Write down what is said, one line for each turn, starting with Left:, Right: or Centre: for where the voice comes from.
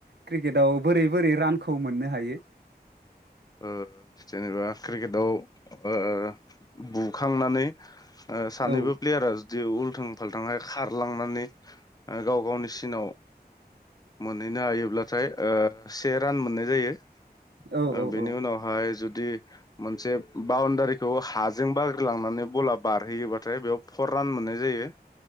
Right: क्रिकेटआव बोरै बोरै रानखौ मोनो हायो
Left: ओ जेनेबा क्रिकेटाव ओ बुखांनानै ओ सानैबो
Right: औ
Left: प्लेयारा जुदि उल्थों फालथांयै खारलांनानै गाव गावनि सिनाव मोनहैनो हायोब्लाथाय ओ से रान मोननाय जायो
Right: औ
Left: ओ
Right: औ
Left: बेनि
Right: औ
Left: उनवहाय जु दि मोनसे बाउणदारिखौ हाजों बाग्रिलांनानै बला बारहैयोबाथाय बेयाव फर पान मोननाय जायो